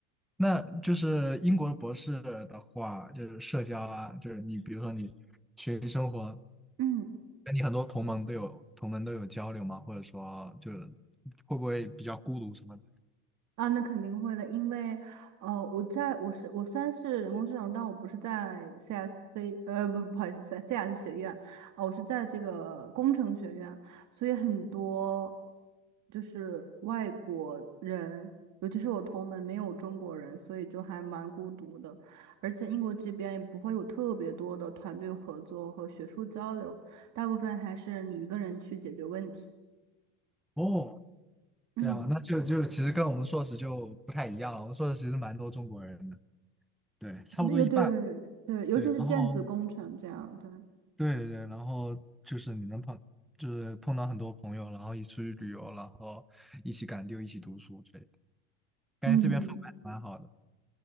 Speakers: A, in the centre; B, on the right.
A: 那就是英国的博士的话，就是社交啊，就是你比如说你学习生活，
B: 嗯。
A: 那你很多同盟都有同盟都有交流吗？或者说就是会不会比较孤独什么的？
B: 啊，那肯定会的，因为，呃，我在我是我虽然是人工智能，但我不是在 CSC，呃，不，不好意思，在 CS 学院，啊，我是在这个工程学院，所以很多就是外国人，尤其是我同门没有中国人，所以就还蛮孤独的，而且英国这边也不会有特别多的团队合作和学术交流，大部分还是你一个人去解决问题。
A: 哦，
B: 嗯。
A: 这样啊，那就就其实跟我们硕士就不太一样了。我们硕士其实蛮多中国人的，对，差不多一半。
B: 有对对，尤其是电子工程这样，
A: 对，然后
B: 对，
A: 对对对，然后就是你能碰，就是碰到很多朋友，然后一起出去旅游，然后一起赶丢，一起读书之类的，感觉这边氛围还是蛮好的。
B: 嗯